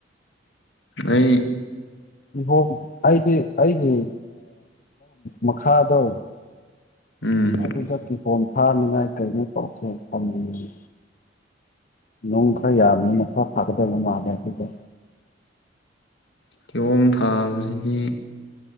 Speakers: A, on the left (about 75°); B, on the left (about 50°).
A: ꯑꯩ
B: ꯏꯍꯣ ꯑꯩꯗꯤ ꯑꯩꯒꯤ ꯃꯈꯥꯗꯣ
A: ꯎꯝ
B: ꯑꯗꯨꯗ ꯀꯤꯍꯣꯝ ꯊꯥꯅꯤꯡꯉꯥꯏ ꯀꯩꯅꯣ ꯄꯥꯎꯁꯦ ꯐꯝꯅꯤꯡꯅꯤꯡꯤ ꯅꯨꯡ ꯈꯔ ꯌꯥꯝꯅꯤꯅ ꯈꯔ ꯐꯥꯀꯗꯕ ꯃꯥꯜꯂꯦ ꯑꯩꯈꯣꯏꯗ
A: ꯀꯤꯌꯣꯝ ꯊꯥꯕꯁꯤꯗꯤ